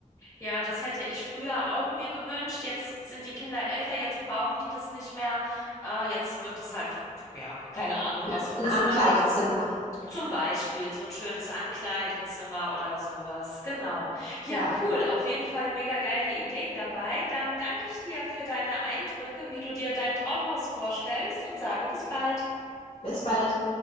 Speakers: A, on the left; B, on the left.
A: Ja, das hätte ich früher auch mir gewünscht. Jetzt sind die Kinder älter, jetzt brauchen die das nicht mehr. Äh, jetzt wird es halt, ja, keine Ahnung,
B: ein
A: was für ein
B: 'n
A: Zimmer
B: Ankleidezimmer.
A: da Zum Beispiel so ein schönes Ankleidezimmer oder sowas. Genau. Ja,
B: Ja.
A: cool. Auf jeden Fall mega geile Ideen dabei. Dann danke ich dir für deine Eindrücke, wie du dir dein Traumhaus vorstellst und sage bis bald.
B: Bis bald.